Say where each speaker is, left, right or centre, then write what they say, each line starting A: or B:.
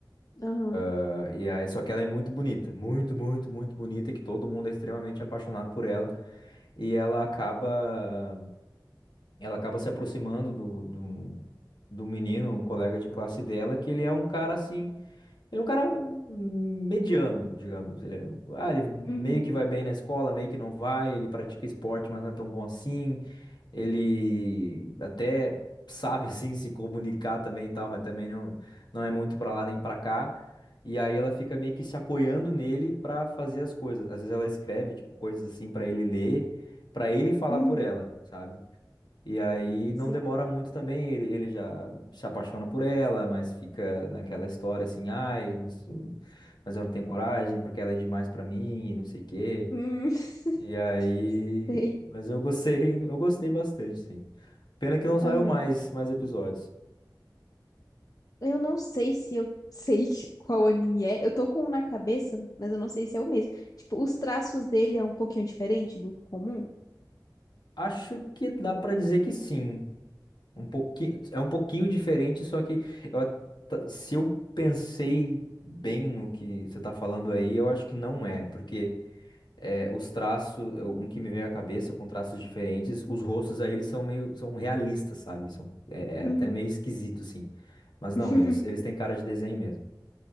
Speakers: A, on the left (about 50°); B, on the left (about 70°).
A: Aham.
B: Ah, E aí, só que ela é muito bonita, muito, muito, muito bonita, que todo mundo é extremamente apaixonado por ela, e ela acaba, ela acaba se aproximando do, do, do menino, um colega de classe dela, que ele é um cara, assim, ele é um cara mediano, digamos. Ele é, um, ah, ele
A: Uhum.
B: meio que vai bem na escola, meio que não vai. Ele pratica esporte, mas não é tão bom assim. Ele até sabe, <laughs> assim, se comunicar também e tal, mas também não, não é muito pra lá nem pra cá. E aí ela fica meio que se apoiando nele pra fazer as coisas. Às vezes ela escreve, tipo, coisas assim pra ele ler, pra ele falar
A: Uhum.
B: por ela, sabe? E aí não
A: Sei.
B: demora muito também, ele, ele já se apaixona por ela, mas fica naquela história assim, ai, não sei- mas eu não tenho coragem porque ela é demais pra mim, e não sei o quê.
A: Hum.
B: E aí,
A: <laughs> Sei.
B: mas eu gostei, <laughs> eu gostei bastante, sim. Pena que não saiu
A: Aham.
B: mais, mais episódios.
A: Eu não sei se eu sei <laughs> qual anime é. Eu tô com um na cabeça, mas eu não sei se é o mesmo. Tipo, os traços dele é um pouquinho diferente do comum.
B: Acho que dá pra dizer que sim. Um pouquinho, é um pouquinho diferente, só que eu at- se eu pensei bem no que você tá falando aí, eu acho que não é, porque é, os traços, um que me veio à cabeça com traços diferentes, os rostos aí eles são meio, são realistas, sabe? São, é,
A: Uhum.
B: é até meio esquisito, assim. Mas
A: <laughs>
B: não, eles, eles têm cara de desenho mesmo.